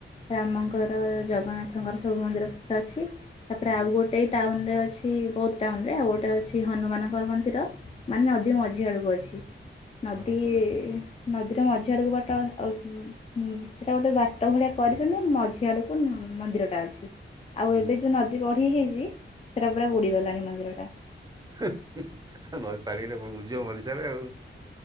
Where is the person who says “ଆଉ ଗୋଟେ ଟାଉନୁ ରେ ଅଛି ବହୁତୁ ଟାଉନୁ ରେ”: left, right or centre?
Left